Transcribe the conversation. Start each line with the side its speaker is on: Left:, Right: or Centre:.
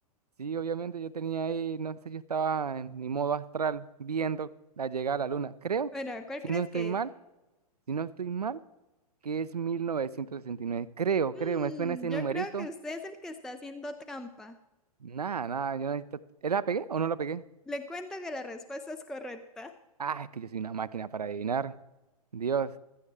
Right: Sí, obviamente yo tenía ahí, no sé, yo estaba en mi modo astral viendo la llegada a la luna. Creo,
Centre: Bueno, ¿cuál
Right: si
Centre: crees
Right: no estoy
Centre: que
Right: mal,
Centre: es?
Right: si no estoy mal, que es mil novecientos sesenta y nueve Creo,
Centre: Mm,
Right: creo, me suena ese
Centre: yo
Right: numerito.
Centre: creo que usted es el que está haciendo trampa.
Right: Nada, nada, yo necesito... ¿eh, ¿La pegué o no la pegué?
Centre: Le cuento que la respuesta es correcta.
Right: Ah, es que yo soy una máquina para adivinar. Dios.